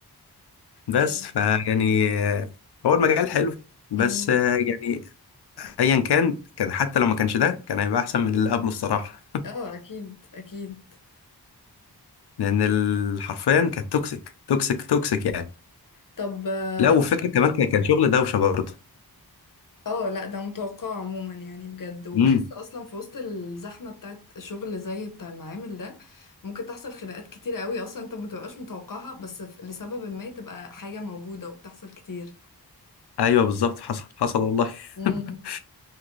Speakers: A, on the left; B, on the left.
A: بس
B: طيب
A: فيعني آه، هو المجال حلو بس
B: أمم.
A: آه، يعني ايا كان كان حتى لو ما كانش ده كان هيبقى احسن من اللي قبله الصراحه
B: اه اكيد اكيد
A: لان ال- حرفيا كانت توكسيك توكسيك توكسيك يعني
B: طب اه
A: لا والفكره كمان كان كان شغل دوشه برضه
B: آه، لا ده متوقع عموما يعني بجد وبحس
A: امم
B: اصلا في وسط الزحمه بتاعت شغل زي بتاع المعامل ده ممكن تحصل خناقات كتيره قوي اصلا انت ما تبقاش متوقعها بس ف- لسبب ما تبقى حاجه موجوده وبتحصل كتير
A: ايوه بالظبط حصل حصل والله
B: امم
A: <laughs>